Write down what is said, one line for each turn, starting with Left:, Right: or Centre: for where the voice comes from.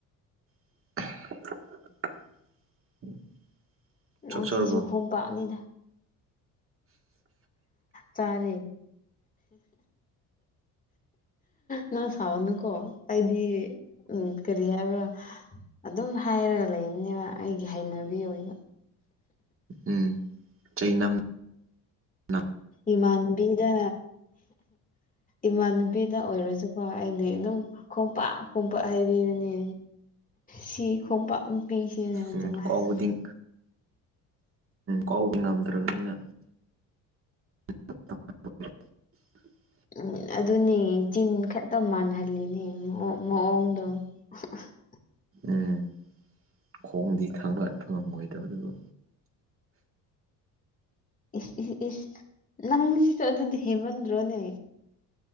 Right: <inaudible>
Left: ꯅꯪ
Right: ꯆꯥꯛ ꯆꯥꯔꯕꯣ
Left: ꯁꯤꯁꯨ ꯈꯣꯡꯝꯄꯥꯛꯅꯤꯗ ꯆꯔꯦ ꯅ ꯁꯥꯎꯅꯨ ꯀꯣ ꯑꯩꯗꯤ ꯎ ꯀꯔꯤ ꯍꯥꯏꯦꯕ ꯑꯗꯨꯝ ꯍꯥꯏꯔꯒ ꯂꯩꯕꯅꯦꯕ ꯑꯩꯒꯤ ꯍꯩꯅꯕꯤ ꯑꯣꯏꯕ
Right: ꯎꯝ ꯆꯩ ꯅꯝ ꯑ
Left: ꯏꯃꯥꯟꯅꯕꯤꯗ ꯏꯃꯥꯟꯅꯕꯤꯗ ꯑꯣꯏꯔꯁꯨꯀꯣ ꯑꯩꯗꯤ ꯑꯗꯨꯝ ꯈꯣꯡꯝꯄꯥꯛ ꯈꯣꯡꯄꯥꯛ ꯍꯥꯏꯕꯤꯕꯅꯦ ꯁꯤ ꯈꯣꯡꯄꯥꯛ ꯄꯤꯁꯦꯅ ꯑꯗꯨꯝ
Right: ꯎꯝ
Left: ꯍꯥꯏꯕ
Right: ꯀꯥꯎꯕꯨꯗꯤꯝ ꯀ ꯉꯝꯗ꯭ꯔꯕꯅꯤꯅ <unintelligible>
Left: ꯎꯝ ꯑꯗꯨꯅꯦ ꯆꯤꯟ ꯈꯛꯇ ꯃꯥꯟꯍꯜꯂꯤꯅꯦ ꯃꯑꯣꯡꯗꯣ <unintelligible>
Right: ꯎꯝ ꯈꯣꯡꯗꯤ ꯈꯥꯡꯕꯍꯠꯄ ꯉꯝꯃꯣꯏꯗꯕꯗꯨꯕꯨ
Left: ꯏ ꯏ ꯏꯁ ꯅꯪꯁꯤꯁꯨ ꯑꯗꯨꯗꯤ ꯍꯦꯃꯟ꯭ꯔꯣꯅꯦ